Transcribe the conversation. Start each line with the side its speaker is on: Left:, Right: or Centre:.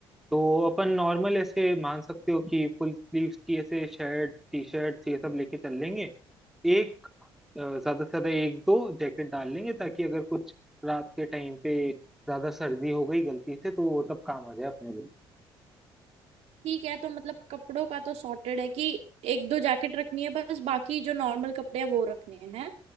Centre: तो अपन नॉर्मल ऐसे मान सकते हो कि फुल स्लीव्स की ऐसे शर्ट टी शर्ट ये सब लेके चल लेंगे एक अ, ज्यादा से ज्यादा एक दो जैकेट डाल लेंगे ताकि अगर कुछ रात के टाइम पे ज्यादा सर्दी हो गई गलती से तो वो तब काम आ जाए अपने लिए
Right: ठीक है तो मतलब कपड़ों का तो सॉर्टेड है कि एक दो जैकेट रखनी है बस बाकी जो नॉर्मल कपड़े हैं वो रखने हैं